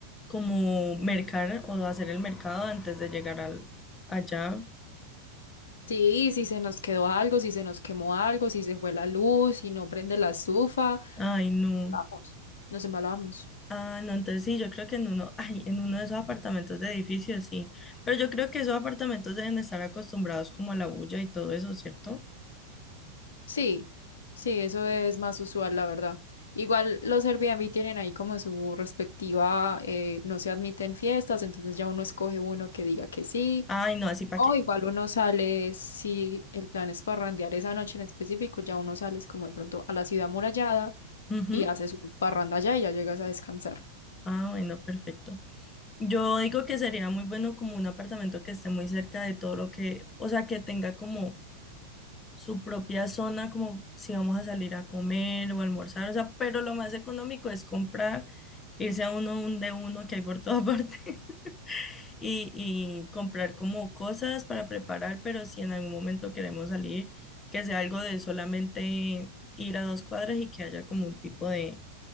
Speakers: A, on the left; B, on the left.
A: como mercar o hacer el mercado antes de llegar al, allá.
B: Sí, si se nos quedó algo, si se nos quemó algo, si se fue la luz, si no prende la estufa,
A: Ay, no.
B: vamos, nos embalamos.
A: Ah, no, entonces sí, yo creo que en uno, ay, en uno de esos apartamentos de edificios, sí. Pero yo creo que esos apartamentos deben estar acostumbrados como a la bulla y todo eso, ¿cierto?
B: Sí, sí, eso es más usual, la verdad. Igual los Airbnb tienen ahí como su respectiva, eh, no se admiten fiestas, entonces ya uno escoge uno que diga que sí
A: Ay, no, así para
B: O
A: qué.
B: igual uno sale, si el plan es parrandear esa noche en específico, ya uno sales como de pronto a la ciudad amurallada
A: Ujú.
B: y haces un parranda allá y ya llegas a descansar.
A: Ah, bueno, perfecto. Yo digo que sería muy bueno como un apartamento que esté muy cerca de todo lo que, o sea, que tenga como su propia zona, como si vamos a salir a comer o a almorzar, o sea, pero lo más económico es comprar, irse a uno, un de uno que hay por toda <laughs> parte y, y comprar como cosas para preparar, pero si en algún momento queremos salir, que sea algo de solamente ir a dos cuadras y que haya como un tipo de,